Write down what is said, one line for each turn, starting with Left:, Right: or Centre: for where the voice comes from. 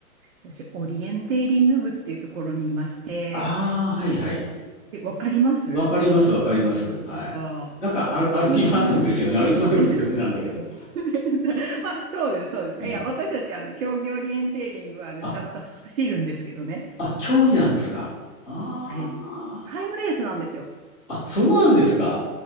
Right: 私、オリエンテーリング部っていうところにいまして、
Centre: ああ、はいはい。
Right: え、わかりますよかっ
Centre: わかりますわかります。はい。
Right: た。
Centre: なんかある歩き回るんですよね。
Right: 通じない。<laughs>
Centre: 歩き回るって言うと変なんだけど。
Right: あそう <laughs> まあ、そうです、そうです。
Centre: ね、
Right: いや、私たち、あの、競技オリエンテーリングは、あの、
Centre: あ、
Right: ちゃんと走るんですけどね。
Centre: あ、競技なんですか。ああ。
Right: あれ、タイムレースなんですよ。
Centre: あ、そうなんですか。